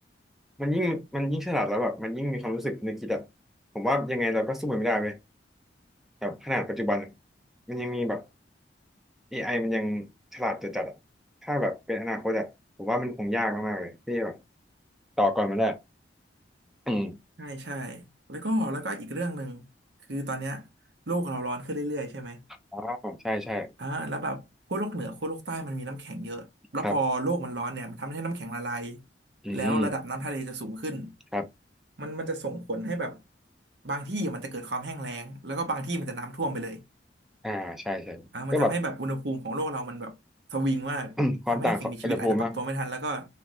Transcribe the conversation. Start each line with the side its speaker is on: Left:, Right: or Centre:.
Centre: มันยิ่งมันยิ่งฉลาดแล้วแบบมันยิ่งมีความรู้สึกนึกคิดแบบผมว่ายังไงเราก็สู้มันไม่ได้เลยแบบขนาดปัจจุบันมันยังมีแบบ AI มันยังฉลาดจัดจัดอะถ้าแบบเป็นอนาคตอะผมว่ามันคงยากมากๆเลยที่แบบต่อก่อนมันได้อืม
Right: ใช่ ใช่แล้วก็แล้วก็อีกเรื่องหนึ่งคือตอนเนี้ยโลกเราร้อนขึ้นเรื่อยๆใช่ไหม
Centre: อ๋อใช่ใช่
Right: อ่าแล้วแบบขั้วโลกเหนือขั้วโลกใต้มันมีน้ำแข็งเยอะแล้วพอโลกมันร้อนเนี่ยมันทำให้น้ำแข็งละลาย
Centre: ครับ อืม
Right: แล้วระดับน้ำทะเลจะสูงขึ้น
Centre: ครับ
Right: มันมันจะส่งผลให้แบบบางที่มันจะเกิดความแห้งแล้งแล้วก็บางที่มันจะน้ำท่วมไปเลย
Centre: อ่า ใช่ใช่ก็แบบ
Right: อ่ามันทำให้แบบอุณหภูมิของโลกเรามันแบบสวิงมากทำให้สิ่งมีชีวิตอาจจะปรับตัวไม่ทันแล้วก็
Centre: <clears throat> ความต่างของอุณหภูมิเนอะ